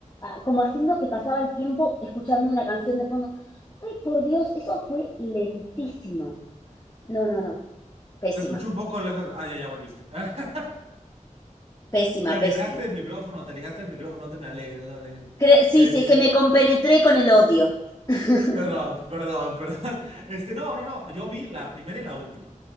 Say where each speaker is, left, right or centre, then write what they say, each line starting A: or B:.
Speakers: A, on the left; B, on the right.
A: como haciendo que pasaba el tiempo escuchando una canción de fondo. Ay, por Dios, eso fue lentísimo. No, no, no, pésima,
B: Te escuché un poco lejos. Ah, ya, ya volviste. <laughs>
A: pésima,
B: Te alejaste
A: pésima.
B: del micrófono, te alejaste del micrófono, no te me alejes, no te me alejes.
A: Cre- sí,
B: Es,
A: sí, es que me compenetré con el odio. <laughs>
B: perdón, perdón, <laughs> perdón. Este, no, no, no, yo vi la primera y la última.